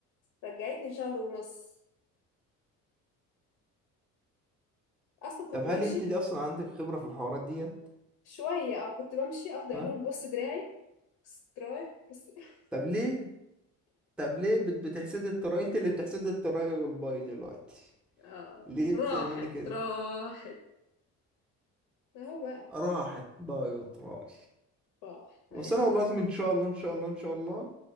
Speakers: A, on the left (about 80°); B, in the centre.
A: رجعتني شهر ونص اصلا كنت
B: طب هل
A: بمشي
B: انت دي اصلا عندك خبرة في الحوارات ديت
A: شويه اه كنت بمشي افضل اقول
B: ها
A: لهم بص دراعي بص دراعي بص <laughs>
B: طب ليه طب ليه بت- بتحسدي التراي انت اللي بتحسدي التراي والباي دلوقتي
A: آه
B: ليه
A: راحت
B: بتعملي كده
A: راحت اهو بقى
B: راحت باي وتراي
A: راح
B: بس
A: ما بقتش
B: انا والله
A: انا
B: لازم ان شاء الله ان شاء الله ان شاء الله